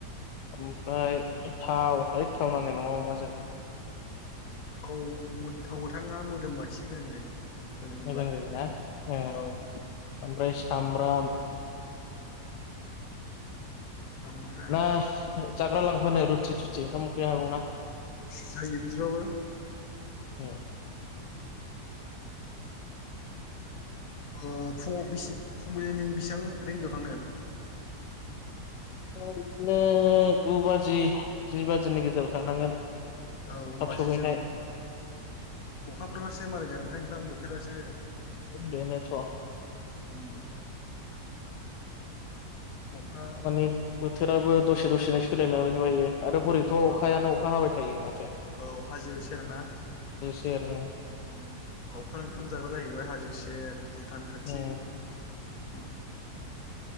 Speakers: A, on the left (about 80°); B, on the left (about 60°).
A: ओमफ्राय थाव हैथ थाव नांनाय नङा अमाजों
B: थाव थाव गोथांआ मोदोमबा एसे मोजां जायो होनो मोनबा
A: मोजां जायोना ओ
B: औ
A: ओमफ्राय सामब्राम
B: उम ओमफ्राय
A: ना जाग्रा लांफानो रुथि थुथि ओंखाम उखैनो हागौ ना
B: जायो बिदिबाबो
A: होम
B: ओ फुं फुंबिलिनि बेसेबां रिंगायाव थांनो
A: बिदिनो गु बाजि जि बाजिनि गेजेराव थांनांगोन
B: औ होनोमबासो
A: थाब सहैनाय
B: जों अखाफोरबासो मारै जागोन नोंथां नोंथां बोथोरासो
A: बेनोथ
B: उम अखा
A: माने बोथोराबो दसे दसेनो सोलायलाबायनो बायो आरो हरैथ' अखायानो
B: औ
A: अखा हाबाय थायो मथे
B: औ हाजो सेर ना
A: सेरनो
B: ओम लावखार ओंखाम जाग्रा जाहैबाय हाजो सेेर भुटान खाथि
A: उम
B: उम